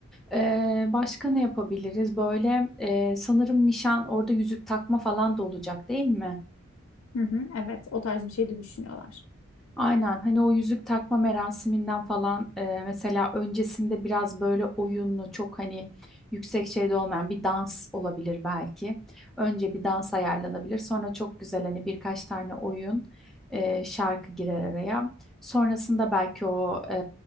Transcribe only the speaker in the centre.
Ee, başka ne yapabiliriz? Böyle e, sanırım nişan orada yüzük takma falan da olacak değil mi?
Aynen hani o yüzük takma merasiminden falan e, mesela öncesinde biraz böyle oyunlu çok hani yüksek şeyde olmayan bir dans olabilir belki. Önce bir dans ayarlanabilir sonra çok güzel hani birkaç tane oyun e, şarkı girer araya. Sonrasında belki o e,